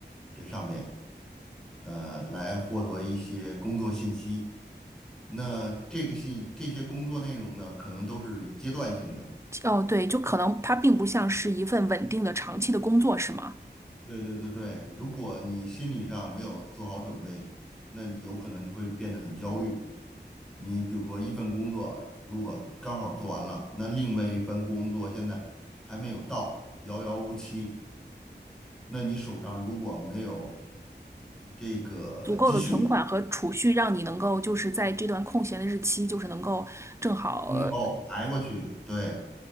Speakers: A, in the centre; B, on the right (about 15°).
A: 这上面，呃，来获得一些工作信息。那这个信这些工作内容呢，可能都是阶段性的。
B: 哦，对，就可能它并不像是一份稳定的长期的工作，是吗？
A: 对对对对，如果你心理上没有做好准备，那你有可能你会变得很焦虑。你比如说一份工作，如果刚好做完了，那另外一份工作现在还没有到，遥遥无期。那你手上如果没有这个积蓄，
B: 足够的存款和储蓄，让你能够就是在这段空闲的日期，就是能够正好。
A: 能够挨过去，
B: 呃
A: 对，